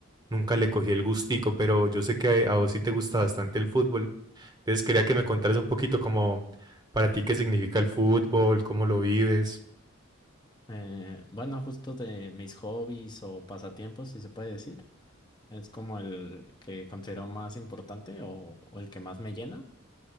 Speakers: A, on the right; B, on the left.
A: nunca le cogí el gustico, pero yo sé que a vos sí te gusta bastante el fútbol, entonces quería que me contaras un poquito como para ti qué significa el fútbol, cómo lo vives.
B: Eh, bueno, justo de mis hobbies o pasatiempos, si se puede decir, es como el que considero más importante o, o el que más me llena.